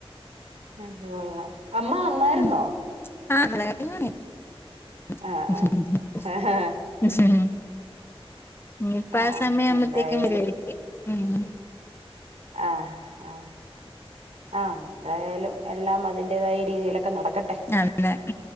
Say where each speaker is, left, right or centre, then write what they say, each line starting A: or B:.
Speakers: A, on the right; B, on the left.
A: അതുകൊള്ളാം അമ്മ വന്ന വരുന്നോ.
B: ഉം ആഹ് <unintelligible> <unintelligible>
A: ആഹ് ആഹ്
B: ഉം. ഇനിപ്പോ
A: ആഹ്
B: ആ സമയാവുമ്പത്തേക്കും
A: എന്തായാലും
B: വരുവായിരിക്കും. ഉം.
A: ആഹ്. ആഹ് ആഹ് എന്തായാലും എല്ലാം അതിന്റെതായ രീതിയിലൊക്കെ നടക്കട്ടെ.
B: അല്ലേ